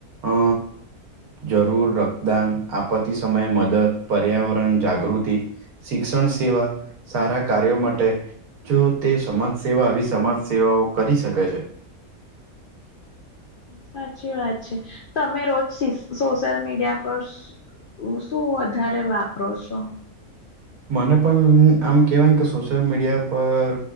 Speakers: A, on the right; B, on the left.
A: અ જરૂર રક્તદાન, આપત્તિ સમયે મદદ, પર્યાવરણ જાગૃતિ શિક્ષણ સેવા સારા કાર્યો માટે જો તે સમાજ સેવા આવી સમાજ સેવાઓ કરી શકે છે.
B: સાચી વાત છે તમે રોજ સો સોશિયલ મીડિયા પર એવું શું વધારે વાપરો છો.
A: મને પણ <unintelligible> આમ કહેવાય ને કે સોશિયલ મીડિયા પર